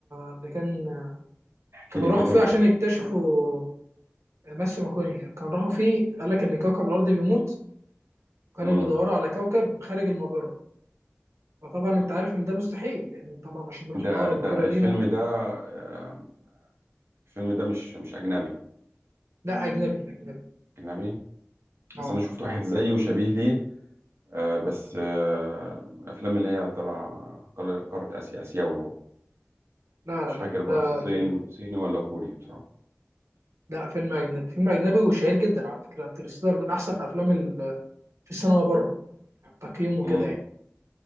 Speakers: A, on the right; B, on the right.
A: اللي كان
B: احكي
A: كانوا
B: لي
A: راحوا
B: كده
A: فيه عشان يكتشفوا ماسيو ماكوني كانوا راحوا فيه قال لك ان كوكب الارض بيموت كانوا
B: مم.
A: بيدوروا على كوكب خارج المجره فطبعا انت عارف ان ده مستحيل لان طبعا عشان نروح
B: ده
A: لاقرب
B: ده
A: مجره
B: الفيلم
A: لينا
B: ده آه، الفيلم ده مش مش أجنبي
A: لا اجنبي اجنبي
B: أجنبي
A: اه
B: أصل أنا شفت واحد زيه وشبيه ليه آه بس آه من الأفلام اللي هي تبع قار- قارة آسيا آسيوي هو
A: لا لا
B: مش
A: لا
B: فاكر بقى
A: ده
B: الصين
A: فيلم
B: صيني ولا كوري بصراحة
A: لا فيلم اجنبي فيلم اجنبي وشهير جدا على فكره انترستيلر من احسن افلام ال- في السينما بره يعني تقييمه
B: امم
A: كده يعني